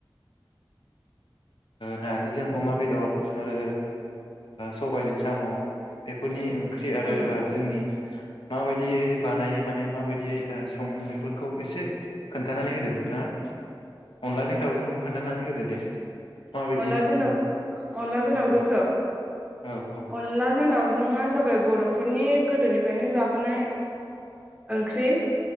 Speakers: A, on the left; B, on the right.
A: नार्जिजों अमा बेदर आरो सबायजों साम' बेफोरनि ओंख्रि आरो
B: उम
A: जोंनि माबायदियै बानायो माने माबायदियै सङो बेफोरखौ एसे खोन्थानानै होदो नोंथाङा अनलाजों दाउजोंखौनो खोनन्थानानै होदो दे माबायदि
B: अनलाजोंदाव
A: सङो
B: अनलाजों
A: औ
B: दावजोंखौ
A: औ औ
B: अनलाजों दावजोंआ जाबाय बर'फोरनि गोदोनिफ्रायनो जाबोनाय ओंख्रि